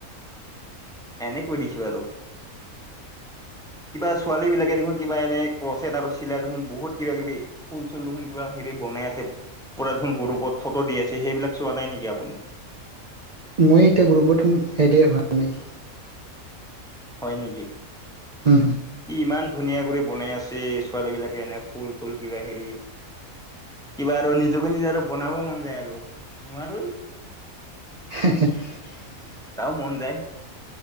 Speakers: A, in the centre; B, on the right.
A: <unintelligible> এনে কৈ দিছোঁ আৰু <unintelligible> কিবা ছোৱালীবিলাকে দেখোন কিবা এনে প্ৰচট আৰু চিলাই দেখোন বহুত কিবা-কিবি ফুল-চুল দেখোন কিবা হেৰি বনাই আছে। দেখোন গৰপত ফটো দি আছে সেইবিলাক চোৱা নাই নেকি আপুনি?
B: মই এতিয়া গ্ৰৰুপত এদে হোৱা নাই।
A: হয় নেকি?
B: হুম
A: কি ইমান ধুনীয়া কৰি বনাই আছে ছোৱালী বিলাকে এনে ফুল-চুল কিবা হেৰি কিবা আৰু নিজকে নিজে আৰু বনাব মন যায় আৰু নোৱাৰেই
B: <unintelligible>
A: তও মন যায়।